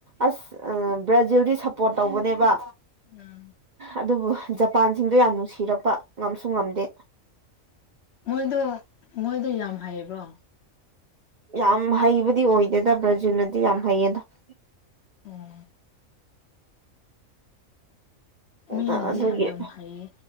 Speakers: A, on the right (about 45°); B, on the left (about 60°).
A: ꯑꯁ ꯕ꯭ꯔꯥꯖꯤꯜꯗꯤ ꯁꯞꯄꯣꯔꯠ ꯇꯧꯕꯅꯦꯕ
B: ꯎꯝ
A: ꯑꯗꯨꯕꯨ ꯖꯄꯥꯟꯁꯤꯡꯗꯣ ꯌꯥꯝ ꯅꯨꯡꯁꯤꯔꯛꯄ ꯉꯝꯁꯨ ꯉꯝꯗꯦ
B: ꯃꯣꯏꯗꯣ ꯃꯣꯏꯗꯣ ꯌꯥꯝ ꯍꯩꯕ꯭ꯔꯣ
A: ꯌꯥꯝ ꯍꯩꯕꯗꯤ ꯑꯣꯏꯗꯦꯗ ꯕ꯭ꯔꯥꯖꯤꯜꯅꯗꯤ ꯌꯥꯝ ꯍꯩꯌꯦꯗ <inaudible>
B: ꯎꯝ
A: ꯑꯗꯨꯒꯤ
B: ꯃꯤꯅꯗꯤ ꯑꯗꯨꯝ ꯍꯩꯌꯦ